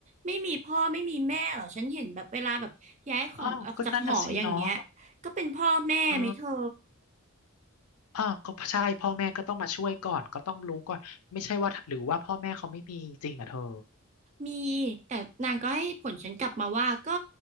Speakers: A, on the right; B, on the left.
A: ไม่มีพ่อไม่มีแม่เหรอ ฉันเห็นแบบเวลาแบบย้ายของออกจากหออย่างเงี้ย
B: ๆอ้าวก็นั่นน่ะสิเนาะ
A: ก็เป็นพ่อแม่ไหมเธอ
B: เอออ้าวก็ใช่พ่อแม่ก็ต้องมาช่วยก่อนก็ต้องรู้ก่อน ไม่ใช่ว่าหรือว่าพ่อแม่เขาไม่มีจริงอ่ะเธอ
A: มีแต่นางก็ให้ผลฉันกลับมาว่าก็